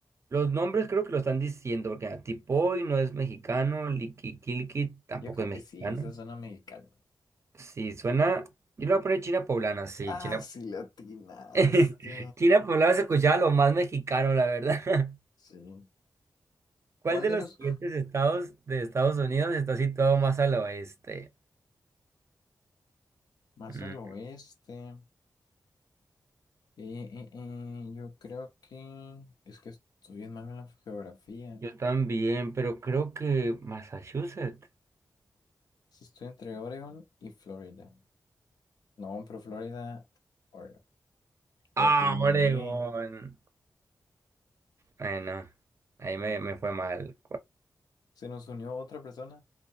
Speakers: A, on the right (about 45°); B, on the left (about 85°).
A: los nombres creo que lo están diciendo, porque mira, Tipoy no es mexicano, Liquiquilqui tampoco
B: Yo creo
A: es mexicano.
B: que sí, esa zona mexicana.
A: Sí, suena. Yo le voy a poner China poblana, sí,
B: Ah,
A: China.
B: sí, latinaste.
A: <laughs> China poblana se escuchaba lo más mexicano, la verdad. <laughs>
B: Sí.
A: ¿Cuál
B: ¿Cuál
A: de
B: de
A: los
B: los
A: siguientes estados de Estados Unidos está situado más al oeste?
B: Más
A: Mm,
B: al oeste. Eh, eh, eh, yo creo que es que estoy bien malo en la geografía.
A: yo también, pero creo que Massachusetts.
B: Sí, Estoy entre Oregon y Florida. No, pero Florida, Oregon. La
A: Ah,
B: atiné.
A: Oregón. Bueno, ahí me, me fue mal.
B: Se nos unió otra persona.